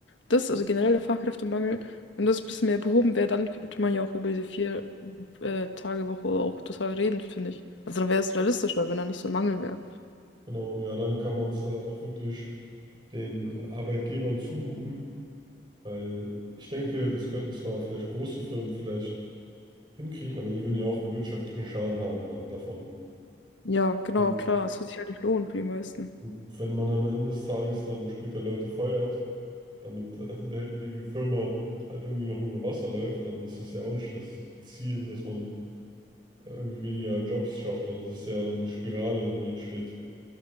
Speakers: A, on the left (about 85°); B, on the right (about 25°).
A: das, also generell der Fachkräftemangel, wenn das ein bisschen mehr behoben wäre, dann könnte man ja auch über diese vier äh, Tage Woche auch total reden, finde ich. Also dann wäre es realistischer, wenn da nicht so ein Mangel wäre.
B: Genau, ja, dann kann man es äh, auch wirklich den Arbeitgebern zumuten, weil ich denke, das könnten zwar vielleicht große Firmen vielleicht hinkriegen, aber die würden ja auch einen wirtschaftlichen Schaden haben dann davon.
A: Ja, genau,
B: Und,
A: klar, es wird sich halt nicht lohnen für die meisten.
B: und wenn man am Ende des Tages dann später Leute feuert, damit äh, <laughs> der, die Firma halt irgendwie noch über Wasser läuft, dann ist es ja auch nicht das Ziel, dass man äh, irgendwie weniger Jobs schafft. Also das ist ja eine Spirale dann, die entsteht.